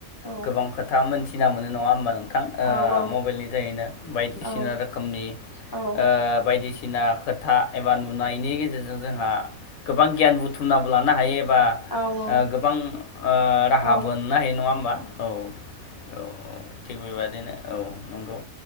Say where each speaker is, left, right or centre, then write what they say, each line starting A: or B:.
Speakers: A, on the left; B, on the left.
A: औ
B: गोबां खोथा मोनथिना मोनो नङा होमबा नों थां
A: औ
B: ओ मबाइलनि जायैनो बायदिसिना
A: औ
B: रोखोमनि
A: औ
B: ओ बायदिसिना सिना खोथा एबा नुनायनि गेजेरजों जोंहा गोबां गियान बुथुमनाबो लानो हायो। बख
A: औ औ
B: गोबां राहा
A: औ
B: मोननो हायो नङा होमबा औ। औ औ थिग बेबादिनो औ नंगौ।